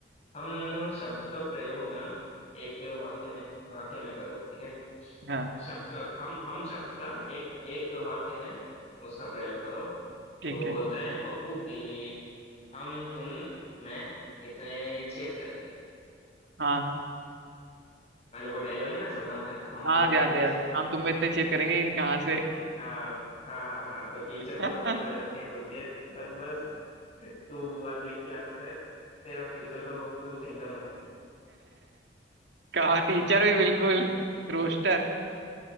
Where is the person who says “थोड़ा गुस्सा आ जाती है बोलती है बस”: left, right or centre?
Left